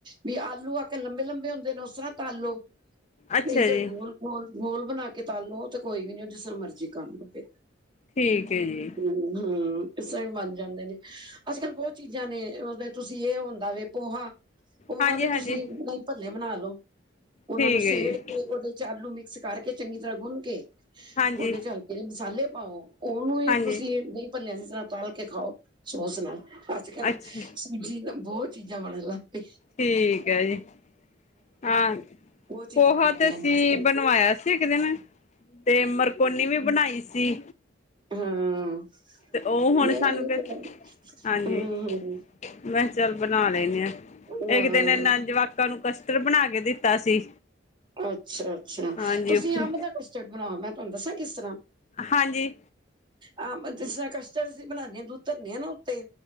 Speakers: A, on the right (about 25°); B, on the left (about 40°).
A: ਵੀ ਆਲੂ ਆ ਕੇ ਲੰਬੇ, ਲੰਬੇ ਹੁੰਦੇ ਨੇ ਉਸਰਾਂ ਤਲ ਲਓ
B: ਅੱਛਾ
A: ਨਹੀਂ ਤੇ
B: ਜੀ
A: ਗੋਲ, ਗੋਲ, ਗੋਲ ਬਣਾ ਕੇ ਤਲ ਲੋ ਤੇ ਕੋਈ ਨੀ ਉਹ ਜਿਸ ਤਰ੍ਹਾਂ ਮਰਜ਼ੀ ਕਰ ਲਓ ਫੇਰ।
B: ਠੀਕ ਐ ਜੀ।
A: ਹਮ, ਹਮ ਇਸ ਤਰ੍ਹਾਂ ਵੀ ਬਨ ਜਾਂਦੇ ਨੇ ਅੱਜ-ਕੱਲ੍ਹ ਬਹੁਤ ਚੀਜ਼ਾਂ ਨੇ ਉਸਦੇ ਤੁਸੀਂ ਇਹ ਹੁੰਦਾ ਵੇ ਪੋਹਾ, ਪੋਹਾ
B: ਹਾਂਜੀ
A: ਦੇ
B: ਹਾਂਜੀ
A: ਤੁਸੀਂ, ਨਹੀਂ ਭੱਲੇ ਬਣਾ ਲਓ। ਉਹਨਾਂ
B: ਠੀਕ
A: ਨੂੰ ਸੇੜ
B: ਹੈ ਜੀ
A: ਕੇ ਉਹਦੇ ਚ ਆਲੂ ਮਿਕਸ ਕਰਕੇ ਚੰਗੀ ਤਰ੍ਹਾਂ ਗੁੰਨ ਕੇ,
B: ਹਾਂਜੀ
A: ਉਹਦੇ ਚ ਜਿਹੜੇ ਮਸਾਲੇ ਪਾਂਓ ਉਹਨੂੰ ਈ
B: ਹਾਂਜੀ
A: ਤੁਸੀਂ ਨਹੀਂ ਭੱਲਿਆ ਦੀ ਤਰ੍ਹਾਂ ਤਲ ਕੇ ਖਾਓ। ਸੋਚ ਲਓ, ਅੱਜ-ਕੱਲ੍ਹ
B: ਅੱਛਾ
A: ਸੂਜੀ ਬ-ਬਹੁਤ ਚੀਜ਼ਾਂ ਬਣਨ ਲੱਗ ਪਈ
B: ਠੀਕ ਐ ਜੀ, ਹਾਂ,
A: ਬਹੁਤ ਚੀਜ਼ਾਂ
B: ਪੋਹਾ
A: ਬਣਦੀਆਂ
B: ਤੇ
A: ਨੇ
B: ਤੇ
A: ਅੱਜ ਕੱਲ੍ਹ
B: ਬਣਵਾਇਆ ਸੀ ਇੱਕ ਦਿਨ ਤੇ ਮਰਕੋਨੀ ਵੀ ਬਣਾਈ ਸੀ।
A: ਹਾਂ
B: ਤੇ ਉਹ ਹੁਣ
A: ਨਹੀਂ
B: ਸਾਨੂੰ
A: ਇਹ
B: ਕਿ,
A: ਤਾਂ ਗੱਲ
B: ਹਾਂਜੀ
A: ਹਮ
B: ਮੈਂ ਚੱਲ ਬਣਾ ਲੈਨੇ ਆ,
A: ਹਮ ਹਾਂ
B: ਇੱਕ ਦਿਨ ਇਹਨਾਂ ਜਵਾ ਕਾ ਨੂੰ ਕਸਟਰ ਬਣਾ ਕੇ ਦਿੱਤਾ ਸੀ।
A: ਅੱਛਾ, ਅੱਛਾ
B: ਹਾਂਜੀ
A: ਤੁਸੀਂ
B: ਉੱਪਰ
A: ਅੰਬ ਦਾ ਕਸਟਰਡ ਬਣਾਓ ਮੈਂ ਤੁਹਾਨੂੰ ਦੱਸਾਂ ਕਿਸ ਤਰ੍ਹਾਂ
B: ਹਾਂਜੀ।
A: ਆਹ ਜਿਸ ਤਰ੍ਹਾਂ ਕਸਟਡ ਅਸੀਂ ਬਣਾਨੇ ਆ ਦੁੱਧ ਧਰਨੇ ਆ ਨਾ ਉੱਤੇ